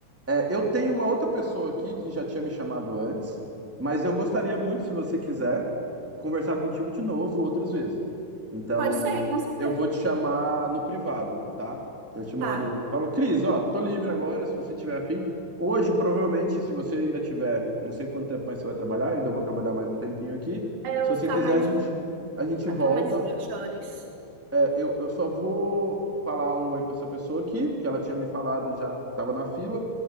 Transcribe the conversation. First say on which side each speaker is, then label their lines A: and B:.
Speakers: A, in the centre; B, on the right (about 55°).
A: É, eu tenho uma outra pessoa aqui que já tinha me chamado antes, mas eu gostaria muito, se você quiser, conversar contigo de novo outras vezes. Então,
B: Pode ser, com certeza.
A: eu vou te chamar no privado, tá? Eu te mando,
B: Tá.
A: falo, Cris, ó, tô livre agora, se você tiver afim. Hoje, provavelmente, se você ainda tiver, não sei quanto tempo mais você vai trabalhar, eu ainda vou trabalhar mais um tempinho aqui.
B: É,
A: Se
B: Eu vou
A: você
B: ficar
A: quiser,
B: mais
A: a gente, a gente
B: até
A: volta.
B: mais 20 horas.
A: É, Eu, eu só vou falar um oi pra essa pessoa aqui, que ela tinha me falado, já tava na fila.